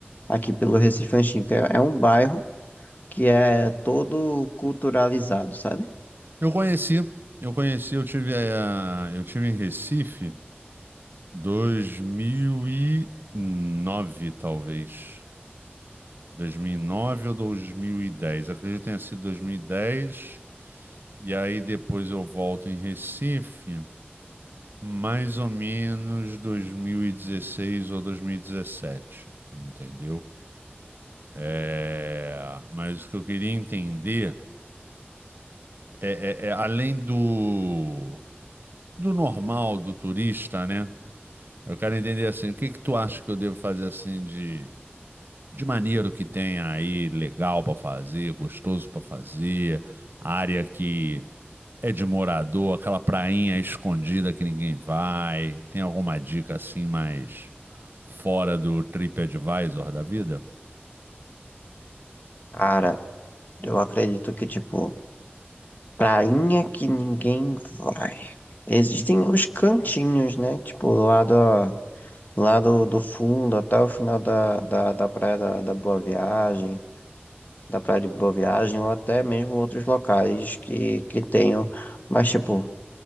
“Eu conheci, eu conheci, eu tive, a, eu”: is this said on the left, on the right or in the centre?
Right